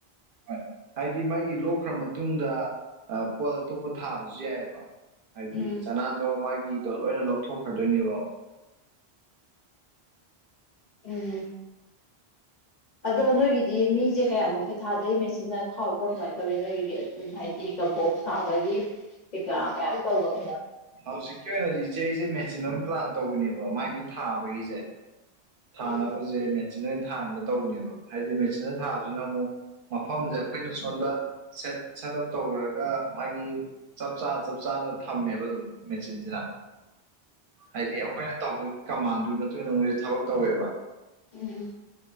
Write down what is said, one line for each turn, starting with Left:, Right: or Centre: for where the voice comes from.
Right: ꯍꫭꯏ ꯍꯥꯏꯗꯤ ꯃꯥꯒꯤ ꯂꯣꯛꯈ꯭ꯔ ꯃꯇꯨꯡꯗ ꯑꯥꯠꯄꯣꯠ ꯑꯇꯣꯞꯄ ꯊꯥꯕꯁꯨ ꯌꯥꯏꯑꯕ ꯍꯥꯏꯗꯤ
Left: ꯎꯝ
Right: ꯆꯅꯥꯟꯗꯣ ꯃꯥꯒꯤꯗꯣ ꯂꯣꯏꯅ ꯂꯧꯊꯣꯛꯈ꯭ꯔꯗꯣꯏꯅꯦꯕ
Left: ꯎꯝ ꯑꯗꯣ ꯅꯣꯏꯒꯤꯗꯤ ꯃꯤꯁꯦ ꯀꯌꯥꯃꯨꯛꯇꯤ ꯊꯥꯗꯣꯏ ꯃꯦꯆꯅ ꯈꯥꯎꯕ꯭ꯔꯥ ꯀꯃꯥꯏꯅ ꯇꯧꯋꯤ ꯅꯣꯏꯒꯤ ꯑꯗꯨ ꯍꯥꯏꯗꯤ ꯀꯕꯣꯛ ꯁꯥꯕꯒꯤ ꯀꯩꯀꯥ ꯃꯌꯥꯝ ꯇꯧꯕꯅꯤꯅ
Right: ꯍꯧꯖꯤꯛꯀꯤ ꯑꯣꯏꯅꯗꯤ ꯏꯆꯦ ꯑꯩꯁꯦ ꯃꯦꯆꯤꯟ ꯑꯃ ꯄ꯭ꯂꯥꯟ ꯇꯧꯕꯅꯦꯕ ꯃꯥꯒꯤ ꯊꯥꯕꯒꯤꯁꯦ ꯊꯥꯅꯕꯁꯦ
Left: ꯎꯝ
Right: ꯃꯦꯆꯤꯟ ꯑꯣꯏꯅ ꯊꯥꯡꯒꯦ ꯇꯧꯕꯅꯦꯕ ꯍꯥꯏꯗꯤ ꯃꯦꯆꯤ ꯑꯣꯏꯅ ꯊꯥꯕꯁꯤꯅ ꯑꯃꯨꯛ ꯃꯐꯝꯁꯦ ꯑꯩꯈꯣꯏꯅ ꯁꯣꯝꯗ ꯁꯦꯠ ꯁꯦꯠ ꯑꯞ ꯇꯧꯔꯒ ꯃꯥꯒꯤ ꯆꯞ ꯆꯥꯅ ꯆꯞ ꯆꯥꯅ ꯊꯝꯃꯦꯕ ꯑꯗꯨꯝ ꯃꯦꯆꯤꯟꯁꯤꯅ ꯍꯥꯏꯗꯤ ꯑꯩꯈꯣꯏꯅ ꯇꯧꯕ ꯀꯃꯥꯟꯗꯨꯒꯤ ꯃꯇꯨꯡ ꯏ ꯃꯣꯏꯁꯦ ꯊꯕꯛ ꯇꯧꯋꯦꯕ
Left: ꯎꯝ